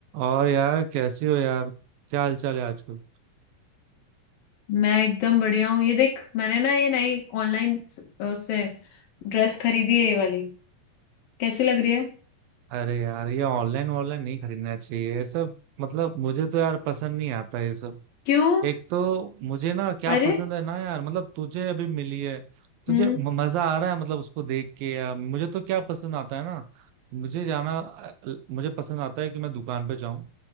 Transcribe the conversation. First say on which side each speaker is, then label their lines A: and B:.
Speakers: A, on the right; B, on the left.
A: और यार कैसे हो यार क्या हालचाल है आजकल
B: मैं एकदम बढ़िया हूँ ये देख मैंने ना ये नई ऑनलाइन उससे ड्रेस खरीदी है ये वाली कैसी लग रही है
A: अरे यार ये ऑनलाइन ऑनलाइन नहीं खरीदना चाहिए ये सब मतलब मुझे तो यार पसंद नहीं आता ये सब
B: क्यों
A: एक तो मुझे ना क्या
B: अरे
A: पसंद है ना यार मतलब तुझे अभी मिली है तुझे
B: हम्म
A: म- मजा आ रहा है मतलब उसको देख के या मुझे तो क्या पसंद आता है ना मुझे जाना अ, मुझे पसंद आता है कि मैं दुकान पे जाऊं